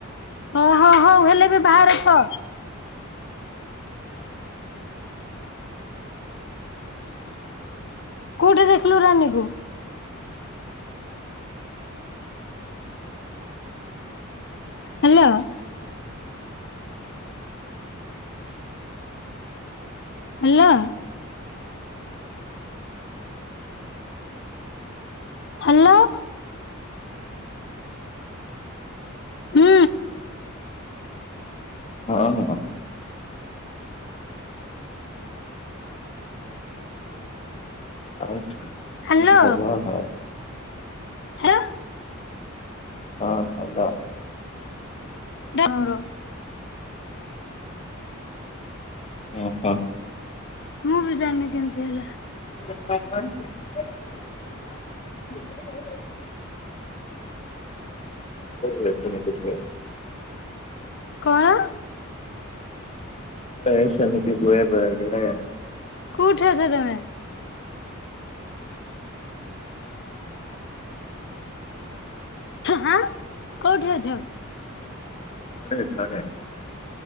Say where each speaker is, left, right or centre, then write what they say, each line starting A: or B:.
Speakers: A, on the left; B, on the left.
A: ହଁ ହଁ ହଁ ହେଲେ ଏବେ ବାହାରେ କ
B: ହଁ।
A: କୋଉଠି ଦେଖିଲୁ ରାନୀ କୁ? ହେଲା। Hello hello. ହୁଁ।
B: ହଁ ହଁ। ଆଉ କି
A: ହାଲୋ
B: ଖବର ହ?
A: <unintelligible>
B: ହଁ ହଲ।
A: ଧର।
B: ହୁଁ ହୁଁ।
A: ମୁଁ ବି ଜାଣିନି କେମତି ହେଲା?
B: <unintelligible> <unintelligible>
A: କଣ?
B: ବେ ସେମିତି ହୁଏ ବେଳେ ବେଲେ।
A: କଉଠଛ ତମେ? ହଁ କୋଉଠି ଅଛ?
B: ଗଡ଼େ ଗଡେ।